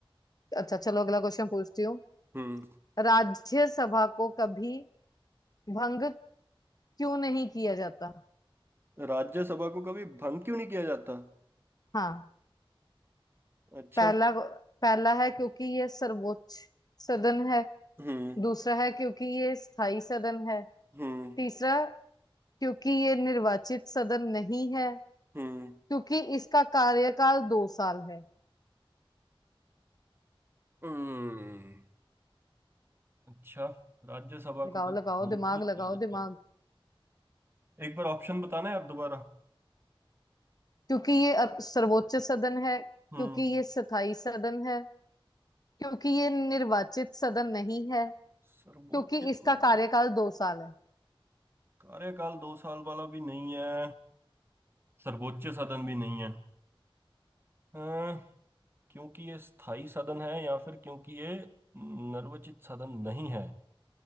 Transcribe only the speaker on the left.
अच्छा चलो अगला क्वेश्चन पूछती हूँ
राज्यसभा को कभी भंग क्यों नहीं किया जाता
हाँ
पहला पहला है क्योंकि ये सर्वोच्च सदन है
दूसरा है क्योंकि ये स्थायी सदन है
तीसरा क्योंकि ये निर्वाचित सदन नहीं है
क्योंकि इसका कार्यकाल दो साल है
लगाओ
लगाओ
दिमाग
लगाओ
दिमाग
क्योंकि ये अप- सर्वोच्च सदन है क्योंकि
ये स्थायी सदन है क्योंकि ये निर्वाचित सदन नहीं है
क्योंकि
इसका
कार्यकाल
दो साल है